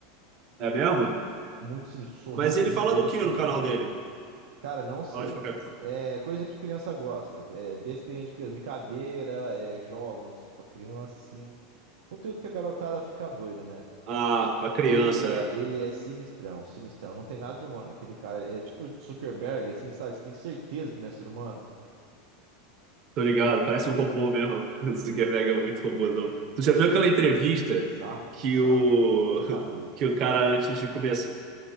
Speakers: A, on the right; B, on the right.
A: É mesmo?
B: Muito sinistro, o sorrisinho
A: Mas ele fala
B: dele
A: do
B: é
A: que
B: sinistro.
A: no canal dele?
B: Cara, não sei.
A: Fala de qualquer coisa.
B: É coisa que criança gosta. É besteirinha de criança, brincadeira, é jogos pra criança, assim. Conteúdo que a garotada fica doida, né?
A: Ah, pra criança.
B: Ele é, ele é sinistrão, sinistrão. Não tem nada de humano naquele cara. É tipo Zuckerberg, assim, sabe? Você tem certeza que não é ser humano?
A: Tô ligado. Parece um robô mesmo. <laughs> O Zuckerberg é muito robôzão. Tu já viu aquela entrevista
B: Não, bizarro,
A: que
B: bizarro.
A: o,
B: Você tá doido.
A: <laughs> que o cara, antes de começar,